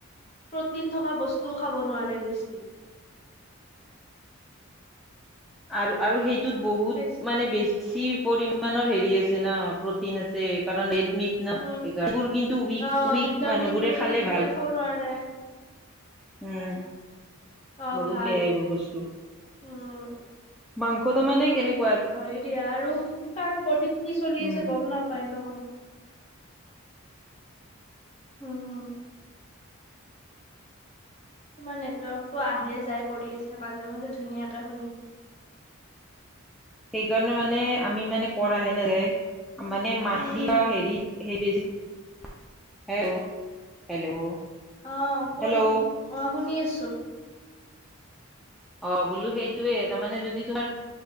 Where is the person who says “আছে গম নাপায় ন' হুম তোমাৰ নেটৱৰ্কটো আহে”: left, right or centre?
Left